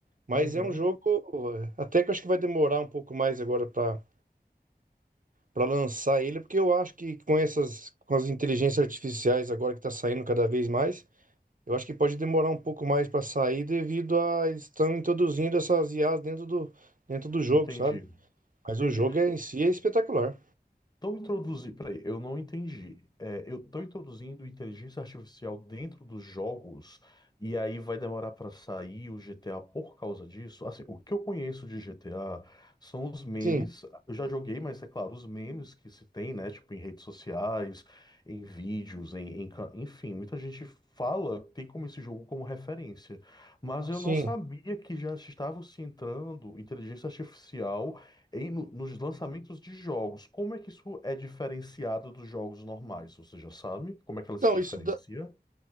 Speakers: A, on the right; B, on the left.
A: Mas
B: uhum,
A: é um jogo eh, até que eu acho que vai demorar um pouco mais agora para para lançar ele, porque eu acho que com essas com as inteligências artificiais agora que tá saindo cada vez mais, eu acho que pode demorar um pouco mais para sair devido a eles estão introduzindo essas IAs dentro do dentro do jogo,
B: entendi.
A: sabe? Mas
B: Entendi.
A: o jogo é- em si é espetacular.
B: Estão introduzindo. Peraí, eu não entendi. É, eu estou introduzindo inteligência artificial dentro dos jogos e aí vai demorar para sair o GTA por causa disso? Assim, o que eu conheço de GTA são os memes.
A: Sim,
B: Eu já joguei, mas é claro, os memes que se tem, né? Tipo, em redes sociais, em vídeos, em, em ca- enfim, muita gente fala, tem como esse jogo como referência. Mas eu
A: sim.
B: não sabia que já estava se entrando inteligência artificial. Em- no- nos lançamentos de jogos, como é que isso é diferenciado dos jogos normais? Você já sabe? Como é que ela
A: Não,
B: se diferencia?
A: isso da,